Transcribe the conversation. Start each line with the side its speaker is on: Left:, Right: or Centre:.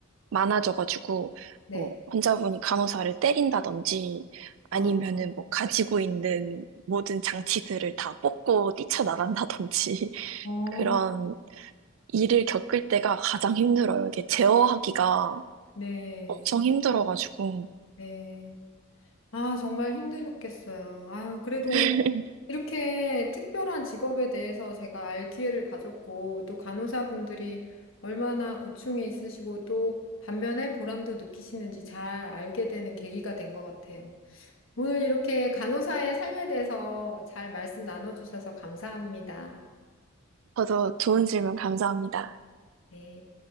Right: 많아져가지고
Left: 네.
Right: 뭐 환자분이 간호사를 때린다든지
Left: 아,
Right: 아니면은 뭐 가지고 있는 모든 장치들을 다 뽑고 뛰쳐나간다든지 <laughs>
Left: 어.
Right: 그런 일을 겪을 때가 가장 힘들어요. 이게 제어하기가
Left: 네.
Right: 엄청 힘들어가지고
Left: 네. 아, 정말 힘드셨겠어요. 아유, 그래도
Right: <laughs>
Left: 이렇게 특별한 직업에 대해서 제가 알 기회를 가졌고, 또 간호사분들이 얼마나 고충이 있으시고, 또 반면에 보람도 느끼시는지 잘 알게 되는 계기가 된 것 같아요. 오늘 이렇게 간호사의 삶에 대해서 잘 말씀 나눠주셔서 감사합니다.
Right: 저도 좋은 질문 감사합니다.
Left: 네.